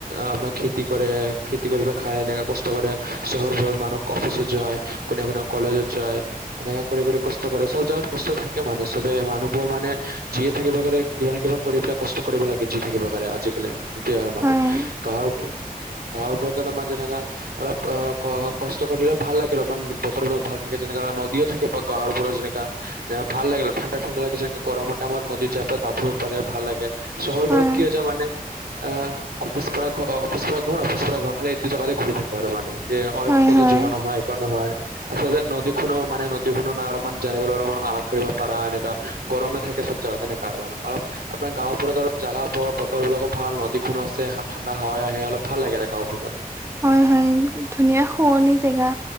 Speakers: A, on the right; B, on the right.
A: আপোনাৰ খেতি কৰে খেতি কৰি খাই এনেকুৱা কষ্ট কৰে। চহৰ বোৰৰ মানুহ অফিচত যায় কোনে কোনে কলেজত যায়। এনেকে কৰে কৰি কষ্ট কৰে সব জেগাত কষ্ট থাকে মানে চবে মানুহবোৰ মানে জিয়াই থাকিব কাৰনে কিবা নে কিবা কৰি পেলাই কষ্ট কৰিব লাগে যি থাকিব কাৰাৰে আজিকালি এটোয় মানে
B: হয়
A: গাহৰ গাহৰপৰতে নমই যেনেকা অলপ অ কষ্ট কৰিলে ভাল লাগিল অলপ মমান বতৰ বিলাক ভাল থাকে যেনেককা নদীও থাকে বা গাঁৱৰ পৰা যেনেককা ভাল লাগিল ঠাণ্ডা ঠণ্ডা লাগি যাই গৰমত। মাৰ নদীৰ জাপ পাৰে ভাল লাগে চহৰবোৰত
B: হয়
A: কি হৈছে মানে অ', অফিচ পৰা অফিচছ পৰা ঘৰ অফিচ পৰা ঘৰ খালি এইটো জোগাতে ঘূৰি থাকে। আৰু মানে যে অনেক
B: হয়
A: কতো
B: হয়
A: জাৱা নহয় এনেকুৱা নহয়। আচলতে নদীখনো মানে নদী খনৰো নাই অলপমান জানিবলৈ অলপমান আৰাম কৰিব পাৰা এনেকুৱা গৰমে থাকে। চব জগাতে নিকালা আপোনাৰ গাঁওবোৰত অলপ জেগাবোৰ বতৰ বিলাকো ভাল নদীখনো আছে ঠাণ্ডা হাৱাই আহে অলপ ভাল লাগে আৰু গাওখনত।
B: হয়, হয়, ধুনীয়া শুৱনি জেগা।